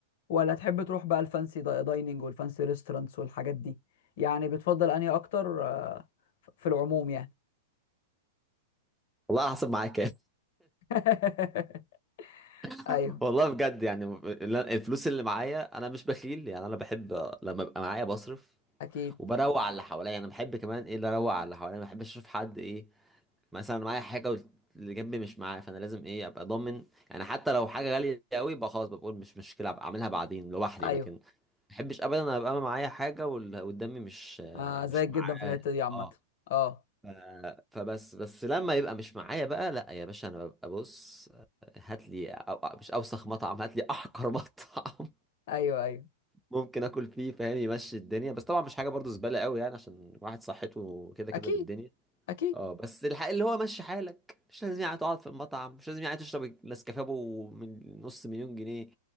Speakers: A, on the left; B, in the centre.
A: ولا تحب تروح بقى الفانسي دا- دايننج والفانسي ريستورانتس والحاجات دي يعني بتفضل انهي اكتر آه، ف- في العموم يعني
B: والله على حسب معايا كام
A: <laughs>
B: <laughs>
A: ايوه
B: والله بجد يعني اللي- أنا- الفلوس اللي معايا انا مش بخيل يعني انا بحب لما ببقى معايا بصرف
A: اكيد
B: وبروق على اللي حواليا يعني انا بحب كمان ايه اللي اروق على اللي حواليا ما بحبش اشوف حد ايه مثلا معايا حاجه واللي جنبي مش معاه فانا لازم ايه ابقى ضامن يعني حتى لو حاجه غاليه قوي يبقى خلاص بقول مش مشكله ابقى اعملها بعدين لوحدي
A: ايوه
B: لكن ما بحبش ابدا ابقى انا معايا حاجه واللي قدامي مش
A: آه
B: مش
A: زيك جدا
B: معاه
A: في الحته دي عامه
B: اه
A: اه
B: ف- فبس بس لما يبقى مش معايا بقى لا يا باشا انا ببقى بص هات لي أو مش اوسخ مطعم هات لي احقر <laughs> مطعم
A: ايوه ايوه
B: ممكن اكل فيه فاهم يمشي الدنيا بس طبعا مش حاجه برضو زباله قوي يعني عشان واحد صحته كده
A: اكيد
B: كده بالدنيا
A: اكيد
B: اه بس الحق اللي هو مشي حالك مش لازم يعني تقعد في المطعم مش لازم يعني تشرب النسكافيه أبو من نص مليون جنيه